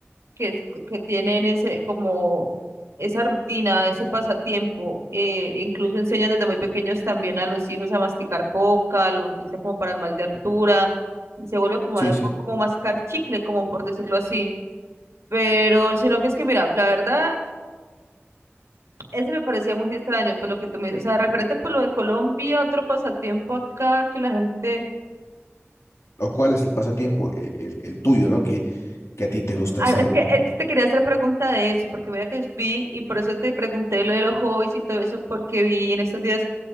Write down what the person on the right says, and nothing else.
que, es- que tienen ese, como esa rutina, ese pasatiempo. eh, incluso enseñan desde muy pequeños también a los hijos a masticar coca, lo utilizan como para el mal de altura, y se vuelve como
algo
como mascar chicle, como por decirlo así. Pero, sino que es que, mira, la verdad. Eso me parecía muy extraño, pues lo que tú me dices, o sea, referente por lo de Colombia, otro pasatiempo acá que la gente...
Ah,
es que,
es que te quería hacer pregunta de eso, porque mira que vi, y por eso te pregunté lo de los hobbies y todo eso, porque vi en estos días